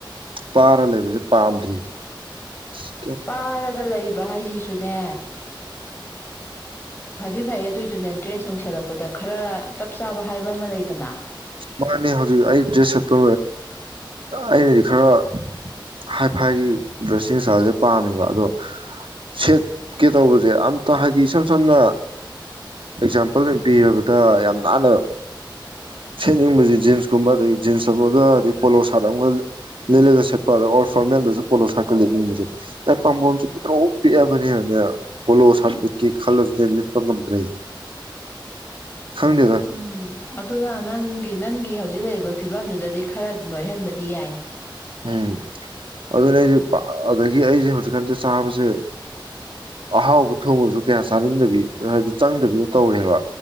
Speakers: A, on the right; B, on the left.
A: ꯄꯥꯔ ꯂꯩꯕꯁꯦ ꯄꯥꯝꯗ꯭ꯔꯤ ꯑ
B: ꯄꯥꯔꯒꯂ ꯏꯕ ꯕ ꯍꯥꯏꯁꯤꯁꯨꯅꯦ ꯐꯗꯤ ꯐꯩꯌꯦ ꯑꯗꯨꯏꯁꯨꯅꯦ ꯗ꯭ꯔꯦꯁ ꯅꯨꯡꯁꯦꯜꯂꯛꯄꯗ ꯈꯔ ꯆꯞ ꯆꯥꯕ ꯍꯥꯏꯕ ꯑꯃ ꯂꯩꯗꯅ
A: ꯃꯥꯅꯦ ꯍꯧꯖꯤꯛ ꯑꯩ ꯗ꯭ꯔꯦꯁ ꯁꯦꯠꯄ ꯑꯩꯅꯗꯤ ꯈꯔ ꯍꯥꯏꯐꯥꯏꯒꯤ ꯗ꯭ꯔꯦꯁꯁꯤꯡ ꯁꯥꯔꯁꯦ ꯄꯥꯝꯃꯦꯕ ꯑꯗꯣ ꯁꯦꯠꯀꯦ ꯇꯧꯕꯁꯦ ꯑꯝꯇ ꯍꯥꯏꯗꯤ ꯏꯁꯝ ꯁꯝꯅ ꯑꯦꯛꯖꯥꯝꯄꯜ ꯑꯣꯏꯅ ꯄꯤꯔꯕꯗ ꯌꯥꯝ ꯅꯥꯟꯅ ꯁꯦꯠꯅꯤꯡꯕꯕꯁꯤꯦ ꯖꯤꯟꯁꯀꯨꯝꯕ ꯑꯗꯗꯒꯤ ꯖꯤꯟꯁ ꯑꯃꯒ ꯑꯗꯩ ꯄꯣꯂꯣ ꯁꯥꯔꯠ ꯑꯃꯒ ꯂꯤꯠꯂꯒ ꯁꯦꯠꯄꯗ ꯑꯣꯔ ꯐꯣꯔꯃꯦꯜꯗꯁꯨ ꯄꯣꯂꯣ ꯁꯥꯔꯠꯀ ꯂꯤꯠꯅꯤꯡꯕꯁꯦ ꯑ ꯄꯥꯝꯕꯣꯝꯁ ꯄꯤꯊꯣꯛ ꯄꯤꯛꯑꯕꯅꯤꯅꯅꯦ ꯄꯣꯂꯣ ꯁꯥꯔꯠ ꯂꯤꯠꯀꯤ ꯈꯜꯂꯁꯨꯅꯦ ꯂꯤꯠꯄ ꯉꯝꯗ꯭ꯔꯦ ꯈꯪꯗꯦꯗ
B: ꯎꯝ ꯑꯗꯨ ꯅꯪꯒꯤ ꯅꯪꯒꯤ ꯍꯧꯖꯤꯛ ꯂꯩꯔꯤꯕ ꯐꯤꯕꯝꯗꯨꯗꯗꯤ ꯈꯔ ꯅꯣꯏꯍꯟꯕꯗꯤ ꯌꯥꯏ
A: ꯎꯝ ꯑꯗꯨꯅ ꯑꯩꯁꯦ ꯑꯗꯒꯤ ꯑꯩꯁꯦ ꯍꯧꯖꯤꯛꯀꯥꯟꯁꯦ ꯆꯥꯕꯁꯦ ꯑꯍꯥꯎꯕ ꯊꯣꯡꯕꯁꯨ ꯀꯌꯥ ꯆꯥꯅꯤꯡꯗꯕꯤ ꯍꯥꯏꯕꯗꯤ ꯆꯪꯗꯕꯤꯗ ꯇꯧꯔꯦꯕ